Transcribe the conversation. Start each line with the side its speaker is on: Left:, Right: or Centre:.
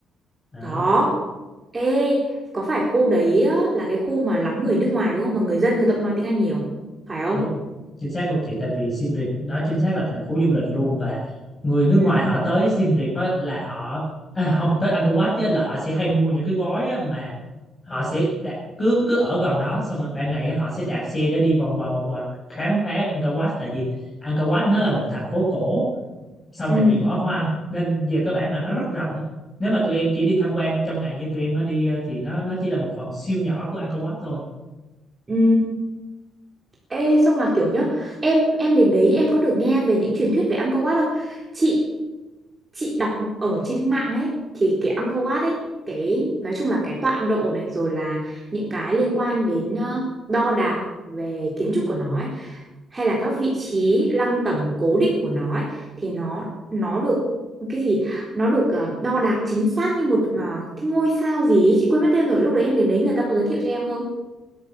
Left: à,
Right: Có Ê, có phải khu đấy á, là cái khu mà lắm người nước ngoài đúng không? Mà người dân người ta cũng nói tiếng Anh nhiều, phải không?
Left: đúng chính xác luôn chị tại vì Siem Reap nó chính xác là thành phố du lịch luôn và người nước
Right: Ừ.
Left: ngoài họ tới Siem Reap á, là họ à, không tới Angkor Wat chứ là họ sẽ hay mua những cái gói á, mà họ sẽ đạ- cứ cứ ở gần đó xong rồi ban ngày á, họ sẽ đạp xe để đi vòng vòng vòng vòng khám phá Angkor Wat tại vì Angkor Wat nó là một thành phố cổ sau
Right: Ừ.
Left: này bị bỏ hoang nên về các bản là nó
Right: Ừ.
Left: rất rộng nếu mà tụi em chỉ đi tham quan trong ngày như tụi em mới đi ờ, thì nó nó chỉ là một phần siêu nhỏ của Angkor Wat thôi
Right: Ừ. Ê, xong là kiểu nhá, em em đến đấy em có được nghe về những truyền thuyết về Angkor Wat không? Chị chị đọc ở trên mạng ấy thì cái Angkor Wat ấy cái nói chung là cái tọa độ này rồi là những cái liên quan đến ờ, đo đạc về kiến trúc của nó ấy, hay là các vị trí lăng tẩm cố định của nó ấy, thì nó nó được cái gì nó được ờ, đo đạc chính xác như một ờ, cái ngôi sao gì ấy. Chị quên mất tên rồi lúc đấy em đến đấy người ta có giới thiệu cho em không